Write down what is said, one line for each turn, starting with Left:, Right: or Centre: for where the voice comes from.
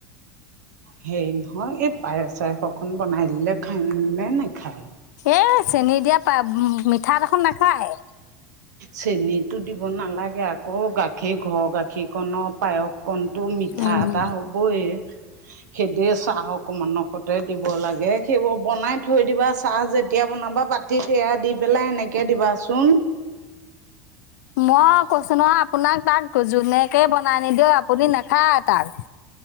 Right: হেৰি নহয় এই পায়স চায়স অকণ বনাই দিলে খায়ে নে নাখায়?
Left: এ চেনী দিয়া পায়স মিঠা দেখোন নাখায়।
Right: চেনীতো দিব নালাগে আক গাখীৰ ঘৰৰ গাখীৰকনত পায়সকণটো মিঠা
Left: উম,
Right: এটা হ'বই সেইটোৱেই চাহ অকমান দিব লাগে। সেইবোৰ বনাই থৈ দিবা চাহ যেতিয়া বনাবা বাতি পেলাই এনেকে দিবাচোন।
Left: মই কৈছো নহয় আপোনাক তাক ক জুনেকে বনাই নিদিয়ও আপুনি নাখায়,